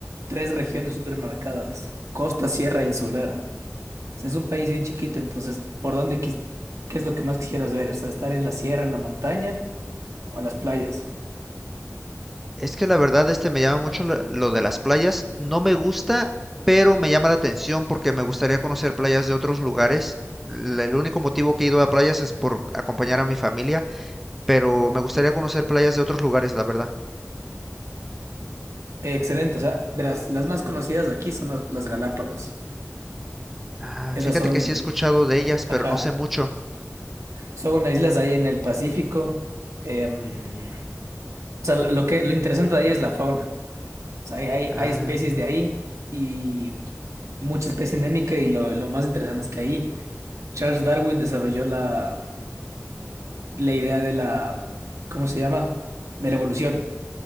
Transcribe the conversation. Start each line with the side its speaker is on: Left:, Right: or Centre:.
Right: tres regiones súper marcadas, costa, sierra e insular. O sea, es un país bien chiquito, entonces, ¿por dónde, quis- qué es lo que más quisieras ver? O sea, estar en la sierra, en la montaña o en las playas.
Centre: Es que la verdad este me llama mucho lo, lo de las playas. No me gusta, pero me llama la atención porque me gustaría conocer playas de otros lugares. L- El único motivo que he ido a playas es por acompañar a mi familia, pero me gustaría conocer playas de otros lugares, la verdad.
Right: Eh, excelente, o sea, verás, las más conocidas aquí son las, las Galápagos.
Centre: Ah,
Right: Estas
Centre: fíjate
Right: son,
Centre: que sí he escuchado de ellas, pero
Right: ajá,
Centre: no sé mucho.
Right: son unas islas ahí en el Pacífico. Em, o sea, lo que, lo interesante de ahí es la fauna. O sea, hay, hay,
Centre: Ah,
Right: hay especies de ahí y mucha especie endémica y lo, lo más interesante es que ahí Charles Darwin desarrolló la, la idea de la, ¿cómo se llama? De la evolución